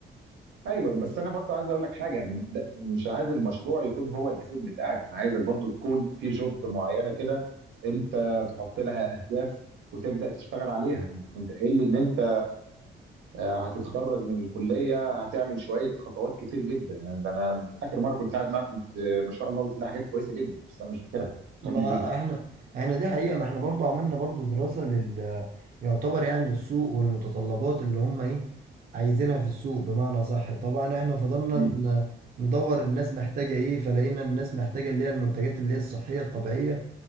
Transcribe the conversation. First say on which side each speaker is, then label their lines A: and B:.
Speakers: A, on the right (about 75°); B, on the right (about 45°).
A: ايوه بس انا برضو عايز اقول لك حاجه يعني ده مش عايز المشروع يكون هو الاساس بتاعك انا عايزك برضو تكون في جوب معينه كده انت تحط لها اهداف وتبدا تشتغل عليها انت كنت قايل لي ان انت آه، هتتخرج من الكليه هتعمل شويه خطوات كتير جدا يعني ده انا اخر مره كنت قاعد معاك كنت آه، ما شاء الله قلت لي حاجات كويسه جدا بس انا مش فاكرها
B: ما
A: فكرني بيها
B: احنا احنا دي حقيقة ما احنا برضو عملنا برضو دراسة لل يعتبر يعني للسوق والمتطلبات اللي هم ايه عايزينها في السوق بمعنى صح طبعا احنا فضلنا
A: امم
B: ن- ندور الناس محتاجة ايه فلقينا الناس محتاجة اللي هي المنتجات اللي هي الصحية الطبيعية